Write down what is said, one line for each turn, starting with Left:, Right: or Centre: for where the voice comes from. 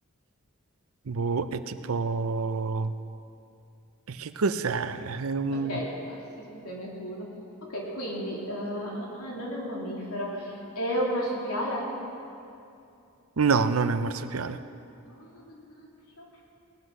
Right: boh, è tipo... E che cos'è? È un-
Left: Ok, assisto te, è il mio turno. Ok, quindi, eh, ah, ah, non è un mammifero, è un marsupiale?
Right: No, non è un marsupiale.
Left: Ah, mannaggia.